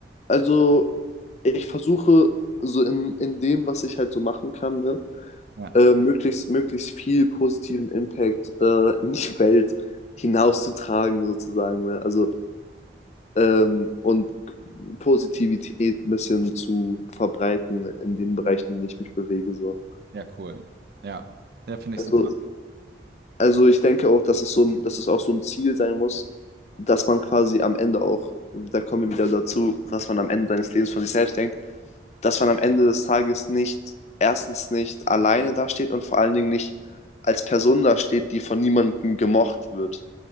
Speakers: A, on the left; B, on the right.
A: also ich versuche so in, in dem, was ich halt so machen kann, ne,
B: Ja,
A: äh, möglichst, möglichst viel positiven Impact äh, in die Welt hinauszutragen, sozusagen. Ne? Also, ähm, und Positivität ein bisschen zu verbreiten in den Bereichen, in denen ich mich bewege. So.
B: ja, cool. Ja, ja, finde ich
A: Also,
B: super.
A: also ich denke auch, dass es, so ein, dass es auch so ein Ziel sein muss, dass man quasi am Ende auch, da kommen wir wieder dazu, was man am Ende seines Lebens von sich selbst denkt, dass man am Ende des Tages nicht, erstens nicht alleine dasteht und vor allen Dingen nicht als Person dasteht, die von niemandem gemocht wird.